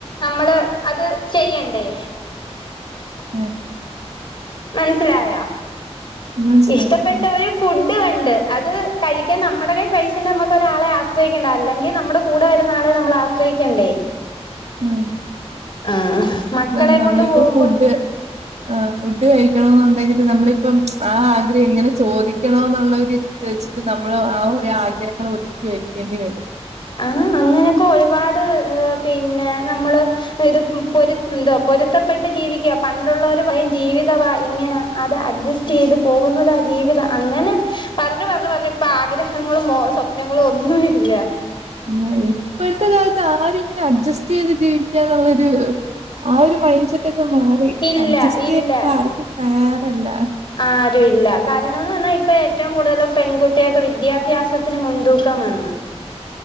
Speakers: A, on the left; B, on the right.
A: നമ്മള് അത് ചെയ്യണ്ടേ
B: ഉം
A: മനസ്സിലായാ
B: മനസ്സിലായ
A: ഇഷ്ടപ്പെട്ട
B: ഉം,
A: ഒരു ഫുഡ് കണ്ട് ണ്ട് അത് കഴിക്കാൻ നമ്മുടെ കൈ പൈസണ്ട് നമ്മക്ക് ഒരാളെ ആശ്രയിക്കണ്ട അല്ലെങ്കിൽ നമ്മുടെ കൂടെ വരുന്ന ആളെ നമ്മൾ ആശ്രയിക്കണ്ടേ
B: ഉം
A: ആഹ് മക്കളെ
B: അ നമ്മളിപ്പോ
A: കൊണ്ട് പോകുമ്പോ
B: ഫുഡ് ആ ഫുഡ് കഴി എന്നണ്ടെങ്കിൽ നമ്മളിപ്പം ആ ആഗ്രഹം എങ്ങനെ ചോദിക്കണോ എന്നുള്ള ഒരു രീതിൽ വെച്ചിട്ട് നമ്മൾ ആ ഒരു ആഗ്രഹങ്ങൾ ഒതുക്കി വെക്കേണ്ടി വരു
A: ആ അങ്ങനെയൊക്കെ ഒരു പാട് പിന്നെ നമ്മള് ഇത് പൊരു എന്തോ പൊരുത്തപ്പെട്ട് ജീവിക്കുക പണ്ടുള്ളവർ പറയും ജീവിതവാ ഇങ്ങനെ അത് അഡ്ജസ്റ്റ് ചെയ്ത് പോകുന്നതാ ജീവിതം അങ്ങനെ പറഞ്ഞ് പറഞ്ഞ് പറഞ്ഞ് ഇപ്പൊ ആഗ്രഹങ്ങളും സ്വപ്നങ്ങളും ഒന്നും ഇല്ല
B: ന്നാ ഇപ്പോഴത്തെ കാലത്ത് ആരും ഇങ്ങനെ അഡ്ജസ്റ്റ് ചെയ്ത് ജീവിക്കാന്നുള്ളൊരു. ആ ഒരു മൈൻ സെറ്റ് ഒക്കെ മാറി
A: ഇല്ല
B: അഡ്ജസ്റ്റ്
A: ഇല്ല
B: ചെയ്യേൻ ഇപ്പ ആർക്കും വേറെല്ല
A: ആരും ഇല്ല കാരണം എന്ന് പറഞ്ഞാ ഇപ്പൊ ഏറ്റവും കൂടുതൽ പെൺകുട്ടികൾക്ക് വിദ്യാഭ്യാസത്തിന് മുൻതൂക്കം വന്ന്